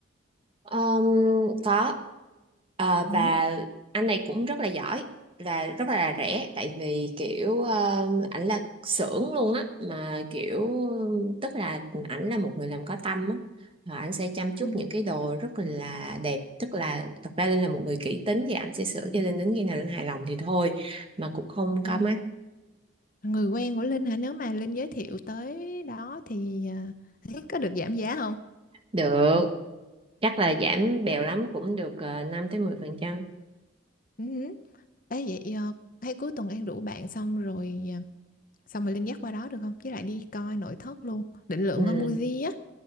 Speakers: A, on the right; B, on the left.
A: Um, có Ờ,
B: Ừ.
A: và anh này cũng rất là giỏi và rất là rẻ tại vì kiểu um, ảnh là xưởng luôn á mà kiểu um, tức là ảnh là một người làm có tâm á và ảnh sẽ chăm chút
B: Ừ.
A: những cái đồ rất là đẹp tức là thật ra Linh là một người kỹ tính thì ảnh sẽ sửa cho Linh đến khi nào Linh hài lòng thì thôi mà cũng không có
B: Ừ.
A: mắc
B: người quen của Linh hả nếu mà Linh giới thiệu tới đó thì à, <laughs> có được giảm giá không
A: được chắc là giảm bèo lắm cũng được ờ, 5 tới mười phần trăm
B: ừ. Ê, vậy à, hay cuối tuần An rủ bạn xong rồi à, xong rồi Linh dắt qua đó được không với lại đi coi nội thất luôn định lượng
A: ừ
B: qua Muji á